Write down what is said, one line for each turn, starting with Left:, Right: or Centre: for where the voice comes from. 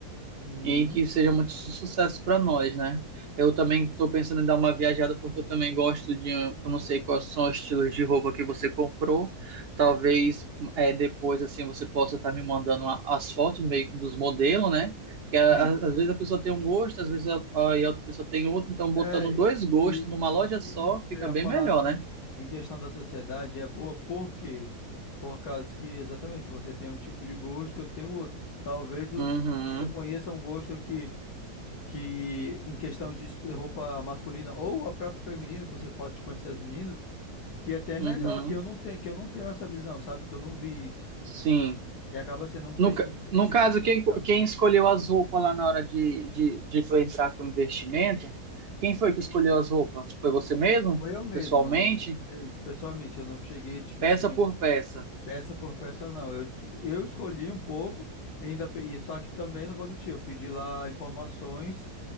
Left: Uhum.
Right: e que seja muito su- sucesso para nós, né? Eu também estou pensando em dar uma viajada porque eu também gosto de, eu não sei quais são os estilos de roupa que você comprou. Talvez é, depois assim você possa estar me mandando a- as fotos meio que dos modelos, né? Porque a-
Left: Sim.
Right: a- às vezes a pessoa tem um gosto, às vezes a, a, e a outra pessoa tem outro. Então botando
Left: É,
Right: dois gostos
Left: e,
Right: numa loja
Left: e
Right: só
Left: isso que
Right: fica
Left: eu ia
Right: bem
Left: falar
Right: melhor,
Left: assim,
Right: né?
Left: em questão da sociedade, é boa por quê? Por causa que exatamente você tem um tipo de gosto, eu tenho outro. Talvez o-
Right: Uhum.
Left: você conheça um gosto que, que, em questão de roupa masculina ou a própria feminina, que você pode conhecer as meninas, que até é
Right: Uhum,
Left: melhor, que eu não tenho, que eu não tenho essa visão, sabe? Que eu não vi isso.
Right: sim.
Left: E acaba sendo um, pre,
Right: No, ca-
Left: um empreendimento
Right: no caso,
Left: bem
Right: quem,
Left: melhor.
Right: quem escolheu as roupas lá na hora de, de, de tu entrar com o investimento? Quem foi que escolheu as roupas? Foi você mesmo?
Left: Foi eu mesmo,
Right: Pessoalmente?
Left: eu não, é isso, pessoalmente, eu não cheguei, tipo
Right: Peça
Left: assim.
Right: por peça.
Left: Peça por peça, não. Eu, eu escolhi um pouco, ainda pe- e só que também não vou mentir, eu pedi lá informações